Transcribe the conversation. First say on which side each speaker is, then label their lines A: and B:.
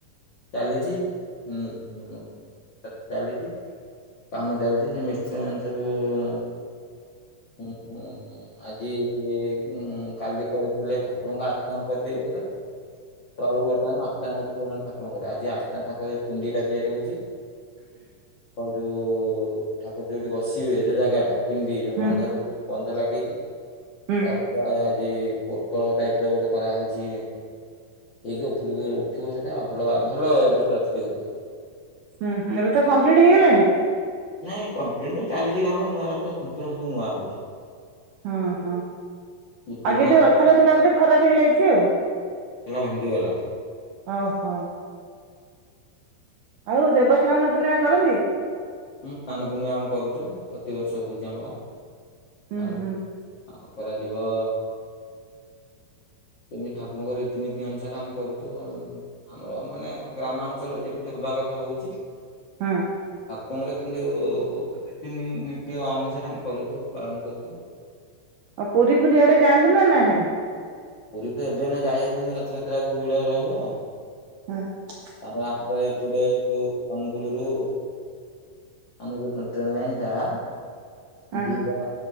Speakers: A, on the left (about 80°); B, on the right (about 80°).
A: ଚାଲିଛି, ହୁଁ, ହଁ ଚାଲିଛି। କାମ ଚାଲିଛି, ସେ ମିସ୍ତ୍ରୀ ମାନେ ସବୁ ଉ ହୁଁ ହୁଁ, ହୁଁ, ଆଜି ଉଁ କାଲି କରି ଥିଲେ ଠାକୁରଙ୍କ ଆସ୍ଥାନ କରିଦେଇଥିଲେ, ତଳୁ ବର୍ତ୍ତମାନ ଆସ୍ଥାନ ଉଠ ପୁରାଣ ଠାକୁରଙ୍କର, ଆଜି ଆସ୍ତାଙ୍କ ପିଣ୍ଡି ଟା ତିଆରି ହଉଛି। ଆଉ ଯୋଉ ଉ ଠାକୁର ଯଉଁଠି ବସିବେ, ଯୋଉଁ ଜାଗା ଟା ପିଣ୍ଡି, ଯୋଉଁ
B: ହୁଁ
A: ବନ ବନ୍ଧ ଲାଗି କିି,
B: ହୁଁ
A: ଅପା ଆ ଯ ପୋଟଳ ଟାଇପ ର ଗୋଟେ କରାହଉଛି ହେଇକି ପୁରୀକୁ ଗୋଟେ ଉଠିବ ସେଟା ଭଲ ଭଲ ବର୍ଷ ହଉଛି।
B: ହୁଁ ହୁଁ ଏବେ ତ କମ୍ପ୍ଲିଟ୍ ହେଇଗଲାଣି।
A: ନାଇଁ କ ନୁହଁ ଚାଲିଛି କାମ ନୂଆ ସମ୍ପୂର୍ଣ ସବୁ ନୂଆ ହଉଛି।
B: ହଁ ହଁ
A: ପୁରୁଣା
B: ଆଗେ ଯୋଉ ରଥଟା ଥିଲା ବୋଧେ ଖରାପ ହେଇଯାଇଛି ଆଉ।
A: ହେଲା ଭାଙ୍ଗି ଗଲା।
B: ଓ ହୋ। ଆଉ ଦେବସ୍ନାନ ପୂର୍ଣ୍ଣିମା କରନ୍ତି?
A: ହୁଁ ସ୍ନାନପୂର୍ଣ୍ଣିମା ଆମେ କରୁଛୁ ପ୍ରତିିବର୍ଷ ହଉଛି ଆମର।
B: ହୁଁ
A: ସ୍ନାନ
B: ହୁଁ।
A: କରାଯିବ। ଏମିତି ଠାକୁରଙ୍କ ରୀତିନୀତି ଅନୁସାରେ ଆମେ କରୁଛୁ। ଆମର ମାନେ ଗ୍ରାମାଞ୍ଚଳ ଯେମିତି ହବା କଥା ହଉଛି ଆ
B: ହଁ
A: ତାଙ୍କର କେମତି ନୀତି ଅନୁସାରେ ଆମେ କରୁଛୁ ପାଳନ କରୁଛୁ।
B: ଆଉ ପୁରୀ ଫୁରୀ ଆଆଡେ ଯାଆନ୍ତି ନା ନାଇଁ ନାଇଁ?
A: ପୁରୀ ତ ଏବେ ନା ଯାଇହବନି ରଥଯାତ୍ରା ଆକୁ ଭିଡ ରହିବ।
B: ହଁ <inaudible>
A: ଆମ ଆକା ଏପଡେ ସ୍କୁୂଳରୁ ଆମ ଯେ ଟ୍ରେନ୍ ଲାଇନ୍ଟା <inaudible>
B: ହଁ
A: ଦୀଟା